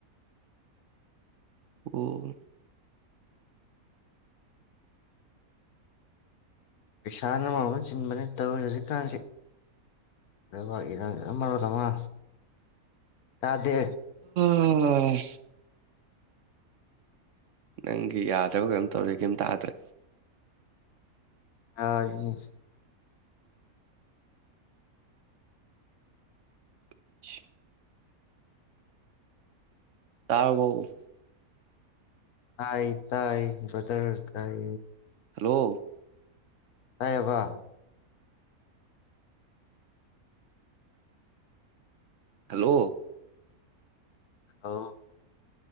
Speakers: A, on the right; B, on the left.
A: ꯑꯣ
B: ꯄꯩꯁꯥꯅ ꯃꯔꯣꯝ ꯑꯃ ꯆꯤꯟꯕꯅꯤ ꯇꯧꯔꯤ ꯍꯧꯖꯤꯛꯀꯥꯟꯁꯤ ꯂꯩꯕꯥꯛ ꯏꯔꯥꯪꯅ ꯃꯔꯣꯜ ꯑꯃ ꯇꯗꯦ
A: ꯎꯝ ꯅꯪꯒꯤ ꯌꯥꯗ꯭ꯔꯕ ꯀꯩꯝ ꯇꯧꯔꯤ ꯀꯩꯝ ꯇꯥꯗ꯭ꯔꯦ
B: ꯑ ꯏ
A: <inaudible> ꯇꯥꯔꯕꯣ
B: ꯇꯥꯏ ꯇꯥꯏ ꯕꯗꯔ ꯇꯥꯏ
A: ꯍꯜꯂꯣ
B: ꯇꯥꯏꯕ
A: ꯍꯜꯂꯣ
B: ꯑ